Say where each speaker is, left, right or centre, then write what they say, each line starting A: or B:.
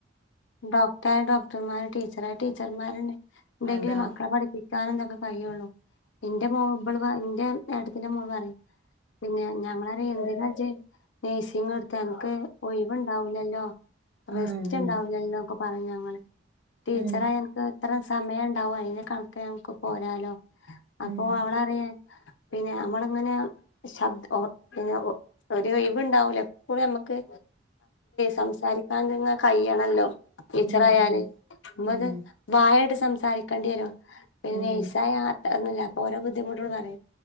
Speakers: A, on the left (about 70°); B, on the right (about 70°).
A: ഡോക്ടർ ആയാൽ ഡോക്ടർമാര്, ടീച്ചർ ആയാൽ ടീച്ചർമാര് ണ്ടെങ്കിലും
B: അതാ
A: മക്കളെ പഠിപ്പിക്ക ന്തൊക്കെ കഴിയുള്ളു. എന്റെ മോൾ എൻറെ ഏട്ടത്തിന്റെ മോള് പറയും പിന്നെ ഞങ്ങള് പറയുംഎന്തിനാജ് നഴ്സിംഗ് അന്ക്ക് ഒഴിവുണ്ടാവൂല, ല്ലോ
B: ഉം
A: റെസ്റ്റ്
B: ഉം
A: ഉണ്ടാവു ഒക്ക പറഞ്ഞു ഞങ്ങള് ടീച്ചറായാൽ
B: ഉം
A: അനക്ക് എത്ര സമയം ഉണ്ടാവോ അതിന് കണക്ക് നമക്ക് പോരാലോ അപ്പൊ
B: ഉം
A: അവളറിയ പിന്നെ നമ്മള ഇങ്ങനെ ശബ പിന്നെ ഒരു ഇവ ഉണ്ടാവൂല എപ്പോഴും നമ്മുക്ക് സംസാരിക്കാൻ കഴ യ്യണല്ലോ ടീച്ചറായാലേ
B: ഉം ഉം
A: നത്
B: ഉം
A: ഭായട് സംസാരിക്കേണ്ടി വരോ? പിന്നെ
B: ഉം
A: നേഴ്സായ <unintelligible> ഓരോ ബുദ്ധിമുട്ടുള്ളതാണ്